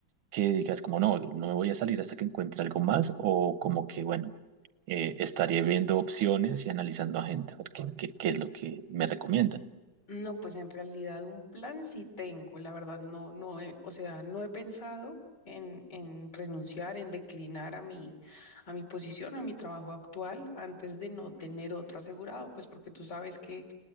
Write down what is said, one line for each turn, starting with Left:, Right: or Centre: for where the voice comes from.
Right: que digas como no, no me voy a salir hasta que encuentre algo más o como que bueno, eh, estaré viendo opciones y analizando a gente a ver qué, qué, qué es lo que me recomiendan.
Left: No, pues en realidad un plan sí tengo, la verdad no, no he- o sea, no he pensado en, en renunciar, en declinar a mi, a mi posición, a mi trabajo actual, antes de no tener otro asegurado, pues porque tú sabes que